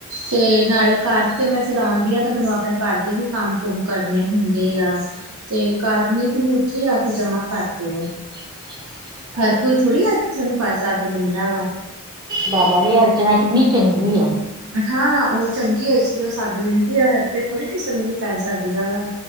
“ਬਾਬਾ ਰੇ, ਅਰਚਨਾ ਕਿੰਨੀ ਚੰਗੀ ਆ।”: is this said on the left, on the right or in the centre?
Right